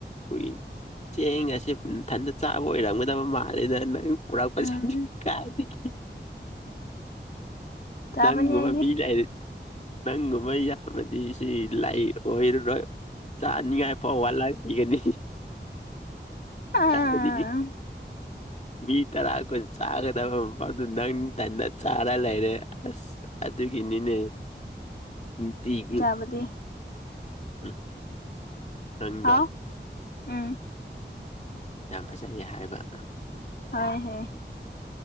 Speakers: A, on the left; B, on the left.
A: ꯈꯣꯏ ꯆꯦꯡ ꯑꯁꯦ ꯊꯟꯗ ꯆꯥꯕ ꯑꯣꯏꯔꯝꯒꯗꯕ ꯃꯥꯜꯂꯦꯗ ꯅꯪ ꯄꯨꯔꯥꯄꯁꯤ
B: ꯎꯝ
A: ꯀꯥꯏꯗꯒꯤ
B: ꯆꯥꯕꯅꯤ
A: ꯅꯪꯒꯨꯝꯕ
B: ꯑꯩꯗꯤ
A: ꯃꯤ ꯂꯩꯔ ꯅꯪꯒꯨꯝꯕ ꯌꯥꯃꯗꯤ ꯁꯤ ꯂꯥꯏ ꯑꯣꯏꯔꯔꯣꯏ ꯆꯥꯅꯤꯉꯥꯏ ꯐꯥꯎ ꯋꯥꯠꯂ ꯏꯒꯅꯦ
B: ꯑꯥ
A: <unintelligible> ꯃꯤ ꯇꯔꯥ ꯀꯨꯟ ꯆꯥꯒꯗꯕ ꯃꯐꯝꯗꯨ ꯅꯪꯊꯟꯅ ꯆꯥꯔ ꯂꯩꯔꯦ ꯑꯁ ꯑꯗꯨꯒꯤꯅꯤꯅꯦ ꯅꯨꯡꯇꯤꯒꯤ
B: ꯗꯤ
A: ꯎꯝ ꯅꯪꯗꯣ
B: ꯍꯥꯎ ꯎꯝ
A: ꯌꯥꯝ ꯐꯖꯩꯌꯦ ꯍꯥꯏꯕ
B: ꯇꯥꯏꯍꯦ